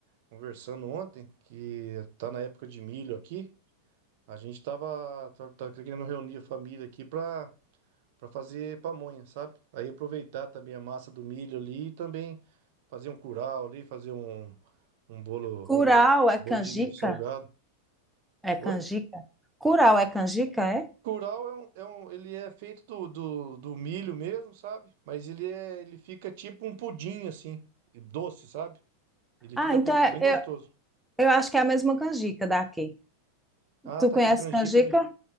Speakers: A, on the right (about 50°); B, in the centre.
A: conversando ontem, que tá na época de milho aqui. A gente tava, tá- tá querendo reunir a família aqui pra, pra fazer pamonha, sabe? Aí aproveitar também a massa do milho ali e também fazer um curau ali, fazer um, um bolo,
B: Curau é canjica?
A: bolo de milho salgado.
B: É canjica?
A: Oi?
B: Curau é canjica, é?
A: Curau é um, é um, ele é feito do, do, do milho mesmo, sabe? Mas ele é, ele fica tipo um pudim assim, e doce, sabe? Ele
B: Ah,
A: fica
B: então
A: bem,
B: é-
A: bem
B: eu,
A: gostoso.
B: eu acho que é a mesma canjica daqui.
A: Ah,
B: Tu
A: tá
B: conhece
A: que a canjica,
B: canjica?